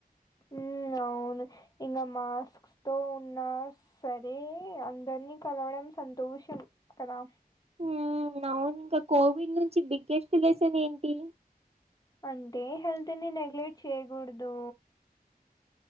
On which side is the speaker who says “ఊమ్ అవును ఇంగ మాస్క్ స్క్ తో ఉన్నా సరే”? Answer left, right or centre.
Left